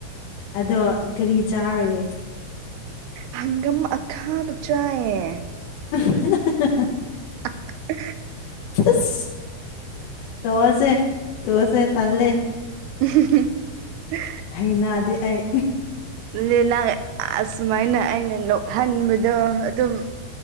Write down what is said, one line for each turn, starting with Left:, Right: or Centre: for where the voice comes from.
Left: ꯑꯗꯣ ꯀꯔꯤ ꯆꯥꯔꯨꯏꯌꯦ
Right: ꯍꯪꯒꯝ ꯑꯈꯥꯕ ꯆꯥꯥꯌꯦ
Left: <inaudible>
Right: <inaudible>
Left: ꯑꯁ ꯇꯣꯛꯑꯖꯦ ꯇꯣꯛꯑꯖꯦ ꯇꯜꯂꯦ
Right: <inaudible>
Left: ꯍꯩꯅꯗꯦ ꯑꯩ
Right: ꯑꯗꯨꯗꯤ ꯅꯪ ꯑꯁꯨꯃꯥꯏꯅ ꯑꯩꯅ ꯅꯣꯛꯍꯟꯕꯗꯣ ꯑꯗꯨꯝ